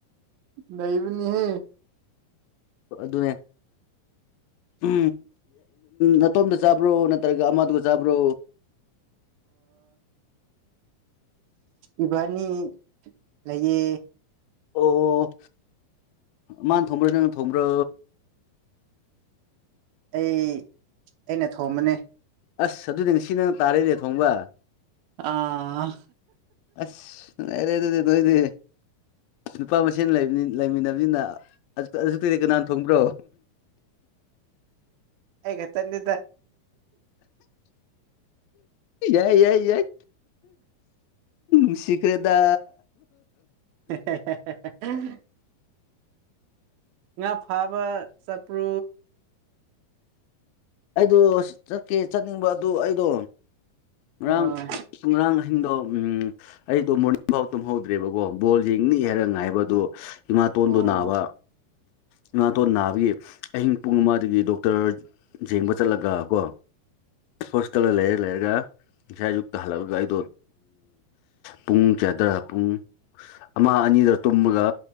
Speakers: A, on the right (about 75°); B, on the left (about 80°).
A: ꯂꯩꯕꯤꯅꯤꯍ
B: ꯑꯗꯨꯅꯦ ꯎ ꯅꯇꯣꯝꯗ ꯆꯥꯕ꯭ꯔꯣ ꯅꯠꯇ꯭ꯔꯒ ꯑꯃꯗꯨꯒ ꯆꯥꯕ꯭ꯔꯣ
A: ꯏꯕꯥꯅꯤ ꯂꯩꯌꯦ
B: ꯑꯣ ꯃꯥꯅ ꯊꯣꯡꯕ꯭ꯔꯥ ꯅꯪꯅ ꯊꯣꯡꯕ꯭ꯔꯣ
A: ꯑꯩ ꯑꯩꯅ ꯊꯣꯝꯕꯅꯤ
B: ꯑꯁ ꯑꯗꯨꯗꯤ ꯉꯁꯤ ꯅꯪꯅ ꯇꯥꯔꯛꯅꯦꯦ ꯊꯣꯡꯕ
A: ꯑꯥ
B: ꯑꯁ ꯅꯨꯡꯉꯥꯏꯔꯦ ꯑꯗꯨꯗꯤ ꯅꯣꯏꯗꯤ ꯅꯨꯄꯥ ꯃꯁꯦꯟ ꯂꯩꯅꯤ ꯂꯩꯃꯤꯟꯅꯕꯅꯤꯅ ꯑꯗꯨ ꯀꯩꯗ ꯀꯅꯥꯟ ꯊꯣꯡꯕ꯭ꯔꯣ
A: ꯍꯒ ꯆꯟꯗ
B: ꯌꯥꯏ ꯌꯥꯏ ꯌꯥꯏ ꯎꯁꯤꯈ꯭ꯔꯦꯗ
A: <unintelligible> ꯉꯥ ꯐꯥꯕ ꯆꯄ꯭ꯔꯨ
B: ꯑꯩꯗꯣ ꯆꯠꯀꯦ ꯆꯠꯅꯤꯡꯕ ꯑꯗꯨ ꯑꯩꯗꯣ ꯉꯔꯥꯡ
A: ꯑꯥ
B: ꯉꯔꯥꯡ ꯑꯍꯤꯡꯗꯣ ꯎꯝ ꯑꯩꯗꯣ ꯃꯣꯔꯅꯤꯡ ꯐꯥꯎ ꯇꯝꯍꯧꯗ꯭ꯔꯦꯕꯀꯣ ꯕꯣꯜ ꯌꯦꯡꯅꯤ ꯍꯥꯏꯔ ꯉꯥꯏꯕꯗꯣ ꯏꯤꯃꯥꯇꯣꯟꯗꯨꯣ
A: ꯑꯣ
B: ꯅꯥꯕ ꯏꯤꯃꯥꯇꯣꯟ ꯅꯥꯕꯒꯤ ꯑꯍꯤꯡ ꯄꯨꯡ ꯑꯃꯗꯒꯤ ꯗꯣꯛꯇꯔ ꯌꯦꯡꯕ ꯆꯠꯂꯒ ꯀꯣ ꯍꯣꯁꯄꯤꯇꯥꯜꯗ ꯂꯩꯔ ꯂꯩꯔꯒ ꯉꯁꯥꯏ ꯑꯌꯨꯛꯇ ꯍꯜꯂꯛꯑꯒ ꯑꯩꯗꯣ ꯄꯨꯡ ꯆꯌꯥꯗ꯭ꯔꯥ ꯄꯨꯡ ꯑꯃ ꯑꯅꯤꯗ ꯇꯨꯝꯃꯒ